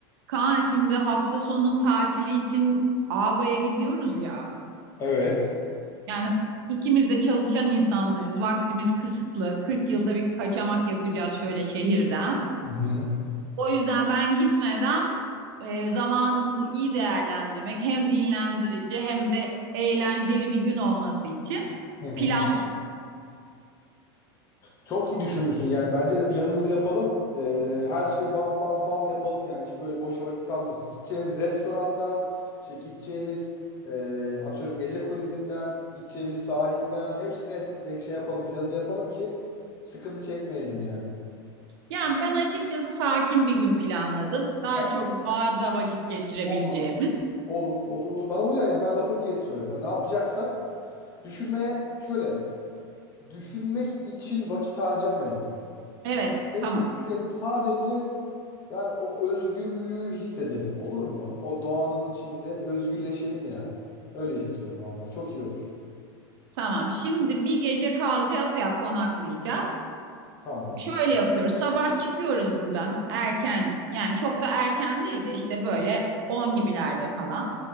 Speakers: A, on the right; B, on the left.
A: Kaan şimdi hafta sonu tatili için Ava'ya gidiyoruz ya.
B: Evet.
A: Yani ikimiz de çalışan insanlarız. Vaktimiz kısıtlı. 40 yılda bir kaçamak yapacağız şöyle şehirden.
B: Hı hı.
A: O yüzden ben gitmeden e, zamanımızı iyi değerlendirmek hem dinlendirici hem de eğlenceli bir gün olması için
B: Hı hı.
A: planladım.
B: Çok iyi düşünmüşsün yani bence de planımızı yapalım. Ee, her şeyi bam bam bam yapalım yani hiç böyle boşa vakit kalmasın. Gideceğimiz restorandan, işte gideceğimiz e, atıyorum gece kulübünden, gideceğimiz sahilden hepsine hesa- e, şey yapalım planını yapalım ki sıkıntı çekmeyelim yani.
A: Yani ben açıkçası sakin bir gün planladım. Daha
B: Tamam,
A: çok doğada vakit geçirebileceğimiz.
B: Olur. Olur olur olur bana uyar yani ben lafın gelişi söyledim. Hani Ne yapacaksak düşünmeye şöyle düşünmek için vakit harcamayalım.
A: Evet,
B: Hepsini
A: tamam.
B: düşünelim sadece Yani o özgürlüğü hissedelim. Olur mu? O doğanın içinde özgürleşelim yani. Öyle istiyorum valla. Çok iyi olur.
A: Tamam. Şimdi bir gece kalacağız ya konaklayacağız.
B: Tamam.
A: Şöyle yapıyoruz. Sabah çıkıyoruz buradan erken. Yani çok da erken değil de işte böyle 10 gibilerde falan.